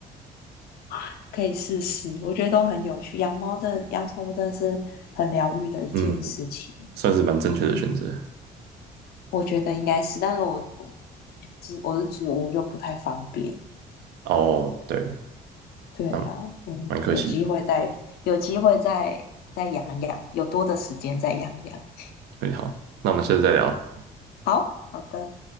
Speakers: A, on the left; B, on the right.
A: <laughs> 可以试试。我觉得都很有趣，养猫真的养宠物真的是很疗愈的一件事情。
B: 嗯，算是蛮正确的选择，
A: 嗯，我觉得应该是，但是我我是我是主屋就不太方便。
B: 哦，对，
A: 对呀，
B: 那
A: 嗯，
B: 蛮可惜的。
A: 有机会再有机会再再养养，有多的时间再养养。
B: 嗯，好，那我们下次再聊了。
A: 好好的。